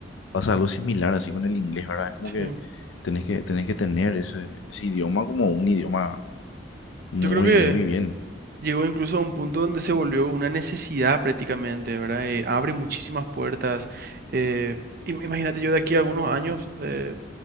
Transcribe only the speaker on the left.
pasa algo similar así con el inglés, ¿verdad? Es como
que tenés que, tenés que tener ese, ese idioma como un idioma muy,
muy bien.